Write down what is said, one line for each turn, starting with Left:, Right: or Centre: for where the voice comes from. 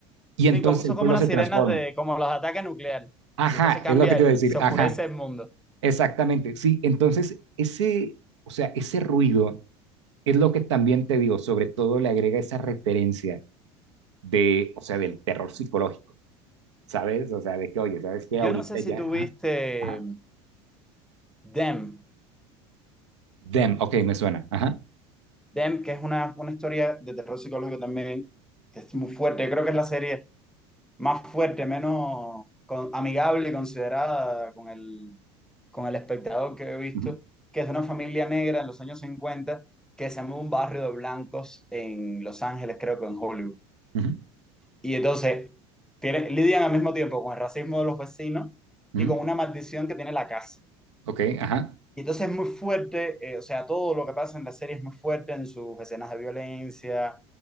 Right: y
Centre: sí
Right: entonces
Centre: como, son
Right: el pueblo
Centre: como unas
Right: se
Centre: sirenas
Right: transforma.
Centre: de, como los ataques nucleares.
Right: Ajá,
Centre: Y entonces cambia
Right: es lo que te
Centre: el,
Right: iba a decir,
Centre: se oscurece
Right: ajá,
Centre: el mundo.
Right: exactamente, sí, entonces ese, o sea, ese ruido es lo que también te digo, sobre todo le agrega esa referencia de, o sea, del terror psicológico, ¿sabes? O sea, de que, oye, ¿sabes qué?
Centre: Yo
Right: Ahorita
Centre: no sé si
Right: ya,
Centre: tuviste
Right: ajá, ajá.
Centre: them
Right: Them, ok, me suena, ajá,
Centre: them que es una, una historia de terror psicológico también, que es muy fuerte. Yo creo que es la serie, más fuerte, menos con- amigable y considerada con el, con el espectador que he visto,
Right: ujú,
Centre: que es de una familia negra en los años 50 que se muda a un barrio de blancos en Los Ángeles, creo que en Hollywood.
Right: ujú,
Centre: Y entonces tiene, lidian al mismo tiempo con el racismo de los vecinos
Right: ujú,
Centre: y con una maldición que tiene la casa.
Right: ok, ajá,
Centre: Y entonces es muy fuerte, eh, o sea, todo lo que pasa en la serie es muy fuerte en sus escenas de violencia,